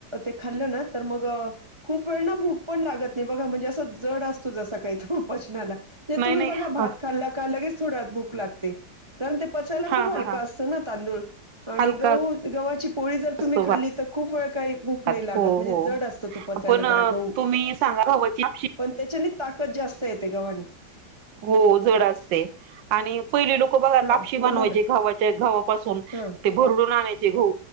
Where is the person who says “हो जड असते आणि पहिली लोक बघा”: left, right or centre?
Right